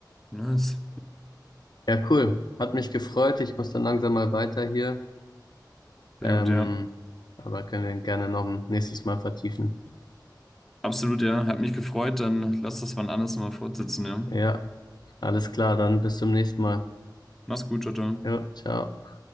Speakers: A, in the centre; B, on the left.
A: Nice.
B: ja, cool. Hat mich gefreut. Ich muss dann langsam mal weiter hier.
A: Sehr
B: Ähm,
A: gut, ja.
B: aber können wir gerne noch ein nächstes Mal vertiefen.
A: Absolut, ja. Hat mich gefreut. Dann lass das wann anders mal fortsetzen, ja.
B: Ja, alles klar, dann bis zum nächsten Mal.
A: Mach's gut, Jutta.
B: Jo, ciao.